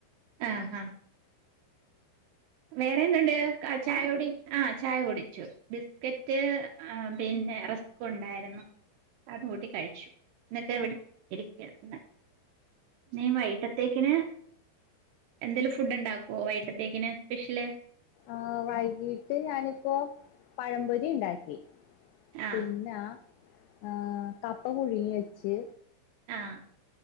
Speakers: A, on the right (about 80°); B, on the left (about 90°).
A: ആഹ് ആഹ് വേറെ എന്തുണ്ട് ചായ കുടി, ആ ചായ കുടിച്ചു ബിസ്കെ റ്റ് പിന്നെ റസ്കുണ്ടായിര്ന്നു അത് കൂട്ടി കഴിച്ചു, ന്നട്ട് ഇവിടെ ഇരിക്ക എന്ന നീ വൈട്ടത്തേക്കിന് എന്തേലും ഫുഡുണ്ടാക്കുവോ വൈട്ടത്തേക്കിന് <inaudible>
B: ആഹ് വൈകീട്ട് ഞാനിപ്പോ പഴമ്പൊരിണ്ടാക്കി.
A: ആ
B: പിന്നാ ആ കപ്പ പുഴുങ്ങി വെച്ച്
A: ആഹ്